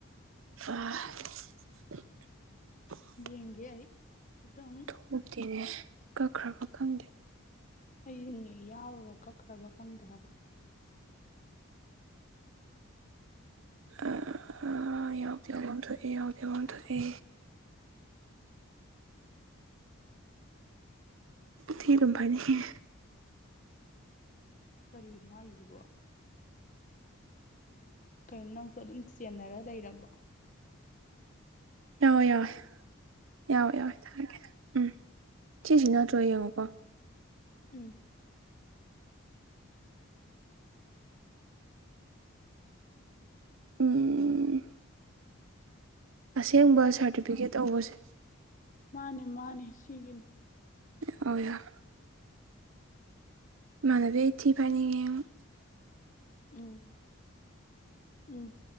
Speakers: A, on the right (about 65°); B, on the left (about 35°).
A: <unintelligible>
B: ꯌꯦꯡꯒꯦ ꯑꯩ ꯑꯗꯨꯝ
A: ꯍꯧꯇꯦꯅꯦ ꯀꯛꯈ꯭ꯔꯕ ꯈꯪꯗꯦ
B: ꯑꯩꯌꯨꯅꯦ ꯌꯥꯎꯔꯒ ꯀꯛꯈ꯭ꯔꯕ ꯈꯪꯗꯦ ꯍꯥꯏꯕ
A: ꯑꯥ ꯌꯥꯎꯗꯤ ꯌꯥꯎꯕꯝ ꯊꯣꯛꯑꯦ ꯌꯥꯎꯗꯤ ꯌꯥꯎꯕꯝ ꯊꯣꯛꯑꯦ ꯊꯤꯗꯨꯝ ꯐꯥꯏꯅꯤꯡꯉꯦ
B: ꯀꯔꯤꯅꯣ ꯍꯥꯏꯖꯤꯕꯣ ꯀꯩꯅꯣ ꯅꯪꯁꯨ ꯑꯗꯨꯝ ꯆꯦꯟꯅꯔ ꯂꯩꯔꯕ
A: ꯌꯥꯎꯋꯦ ꯌꯥꯎꯋꯦ ꯌꯥꯎꯋꯦ ꯌꯥꯎꯋꯦ ꯊꯥꯔꯀꯦ ꯎꯝ ꯁꯤꯖꯤ ꯅꯠꯇ꯭ꯔꯣ ꯌꯦꯡꯉꯣꯀꯣ
B: ꯎꯝ
A: ꯎꯝ ꯑꯁꯦꯡꯕ
B: ꯑꯪ
A: ꯁꯥꯔꯇꯤꯐꯤꯀꯦꯠ ꯇꯧꯕꯁꯦ
B: ꯃꯥꯅꯦ ꯃꯥꯅꯦ ꯁꯤꯒꯤꯅꯤ
A: ꯌꯥꯎꯋꯦ ꯌꯥꯎ ꯏꯃꯥꯟꯅꯕꯤ ꯑꯩ ꯊꯤ ꯐꯥꯏꯅꯤꯡꯉꯦꯉꯣ
B: ꯎꯝ ꯎꯝ